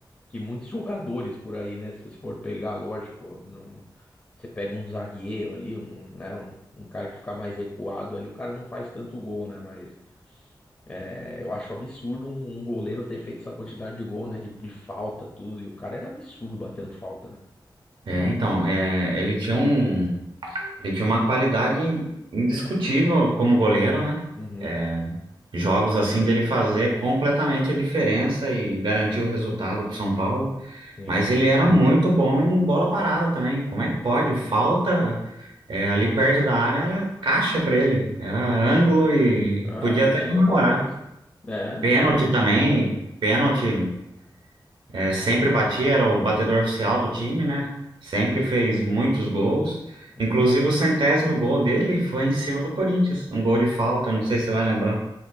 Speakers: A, on the left; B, on the right.
A: que muitos jogadores por aí, né? Se você for pegar, lógico, não Você pega um zagueiro ali, um, né, um, um cara que fica mais recuado ali, o cara não faz tanto gol, né? Mas é, eu acho absurdo um, um goleiro ter feito essa quantidade de gol, né? De, de falta, tudo. E o cara era absurdo batendo falta, né?
B: É, então, é, ele tinha um, ele tinha uma qualidade indiscutível como goleiro, né?
A: Uhum,
B: É, jogos assim dele fazer completamente a diferença e garantir o resultado para o São Paulo,
A: sim.
B: mas ele era muito bom em bola parada também. Como é que pode? Falta é, ali perto da área era caixa para ele, era ângulo e
A: Ah,
B: podia
A: não
B: até
A: tinha
B: comemorar.
A: conversa. É, não
B: Pênalti
A: tinha conversa.
B: também, pênalti é, sempre batia, era o batedor oficial do time, né? Sempre fez muitos gols.
A: Uhum.
B: Inclusive o centésimo gol dele foi em cima do Corinthians, um gol de falta, não sei se você vai lembrar.